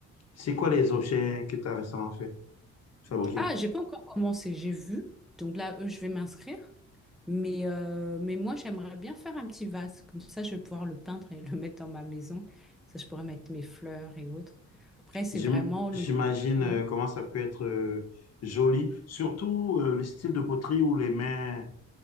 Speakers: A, on the left; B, in the centre.
A: C'est quoi les objets que tu as récemment fait, fabriqués?
B: Ah, j'ai pas encore commencé, j'ai vu. Donc là, eux, je vais m'inscrire. Mais, euh, mais moi, j'aimerais bien faire un petit vase. Comme ça, je vais pouvoir le peindre et <laughs> le mettre dans ma maison. Ça, je pourrais mettre mes fleurs et autres. Après, c'est
A: J'im-
B: vraiment le...
A: J'imagine
B: Ouais.
A: euh, comment ça peut être euh, joli, surtout euh, le style de poterie ou les mains.